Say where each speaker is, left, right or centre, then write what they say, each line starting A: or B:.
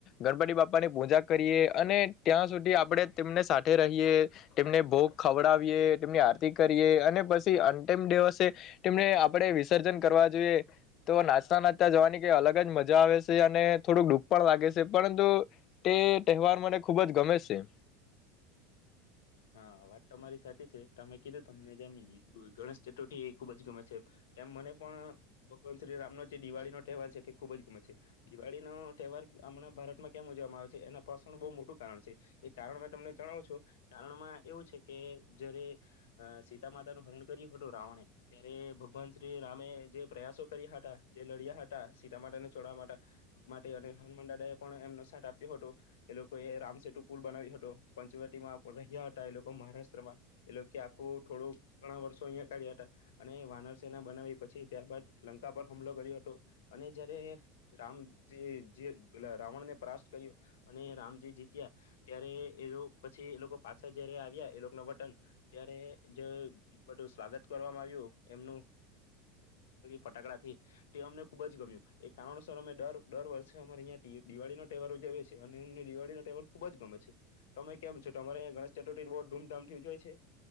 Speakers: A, on the left; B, on the left.
A: ગણપતિ બાપાની પૂજા કરીએ અને ત્યાં સુધી આપણે તેમને. રહીએ તેમને ભોગ ખવડાવીએ તેમની આરતી કરીએ અને પછી અંતિમ દિવસે તેમને આપણે. વિસર્જન કરવા જોઈએ. તો નાચતા નાચતા જવાની કઈ અલગ જ મજા આવે છે, અને થોડુંક ડુખ પણ લાગે છે, પરંતુ તે તહેવાર મને ખુબ જ ગમે છે.
B: હા વાત તો તમારી સાચી છે, તમે કીધું તમને જેમ ગણેશ ચતુર્થી એ ખુબ જ ગમે છે, તેમ મને પણ ભગવાન શ્રી રામનો જે દિવાળી નો તહેવાર છે, તે ખૂબ જ ગમે છે, દિવાળી નો તહેવાર હમણાં ભારતમાં કેમ ઉજવામાં આવે છે એના પાસણ બહુ મોટું કારણ છે, એ કારણ મેં તમને જણાવ છો કારણમાં એવું છે, કે જયારે અ સીતા માતાનું હરણ કર્યું હતું રાવણે ત્યારે ભગવાન શ્રી રામે જે પ્રયાસો કર્યા હતા જે લડ્યા હતા સીતા માતાને ચોડવા માટે માટે અને હનુમાનદાદા એ પણ એમનો સાથ આપ્યો હતો એ લોકોએ રામસેેટુ પુલ બનાવ્યો હતો પંચવટીમાં મહારાષ્ટ્રમાં એ લોકો આખું થોડું ઘણા વર્ષો અહિયાં કાઢ્યા હતા અને વાનર સના બનાવી પછી ત્યારબાદ લંકા પર હમલો કર્યો હતો અને જયારે રામજી રાવણને પ્રસ્ત કર્યો અને રામજી જીત્યા ત્યારે એ પછી એ લોકો પાછા જયારે આવ્યા એ લોકો ના વટન ત્યારે જે બધું સ્વાગત કરવામાં આવ્યું એમનુ ફટાકડા થી તે અમને ખુબ જ ગમ્યું એ કારણોસર અમે દર દર વર્ષે અમારે અં દિવાળી નો તહેવાર ઉજવ્યો છે, અને એમને દિવાળી નહેવાર ખુબ જ ગમે છે તમે કેમ છો તમારે અં ગણેશ ચતુર્થી બહુ ધૂમધામથી ઉજ્વયે છે.